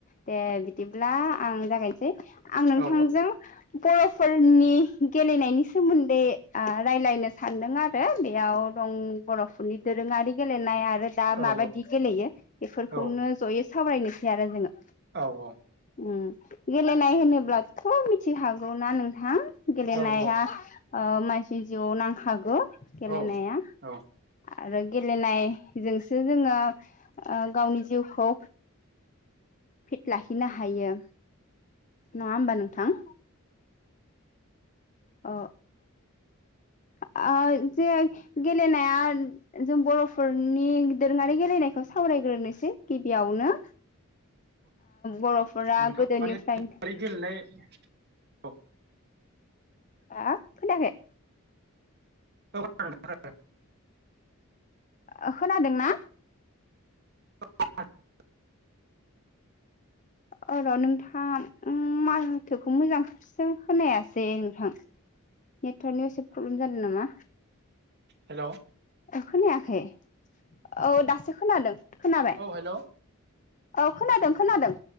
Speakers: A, on the left; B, on the right.
A: दे बिदिब्ला आं जागायनोसै आं नोंथांजों
B: औ
A: बर'फोरनि गेलेनायनि सोमोन्दै ओ रायज्लायनो सानदों आरो। बेयाव दं बर'फोरनि दोरोङारि गेलेनाय आरो दा
B: औ
A: माबायदि गेलेयो बेफोरखौनो
B: औ
A: जयै सावरायनोसै आरो जोङो
B: औ औ।
A: उम गेलेनाय होनोब्लाथ' मिथि हागौना नोंथां? गेलेनाया
B: औ
A: मानसि जिउआव नांखागौ गेलेनाया।
B: औ औ
A: आरो गेलेनायजोंसो जोङो गावनि जिउखौ फिट लाखिनो हायो। नङा होमबा नोंथां। अ अ जे गेलेनाया जों बर'फोरनि दोरोङारि गेलेनायखौ सावरायग्रोनोसै गिबियावनो। बर'फोरा
B: नोंथां
A: गोदोनिफ्रायनो
B: माने गेलेनाय औ
A: हा खोनायाखै
B: औ <inaudible>
A: ओ खोनादों ना?
B: <inaudible>
A: ओ र' नोंथां माहाथोखौ मोजां सो खोनायासै नोंथां नेटवर्कनियाव एसे प्रब्लेम जादों नामा?
B: हेलौ
A: खोनायाखै औ दासो खोनादों खोनाबाय।
B: हेल' औ
A: औ खोनादों खोनादों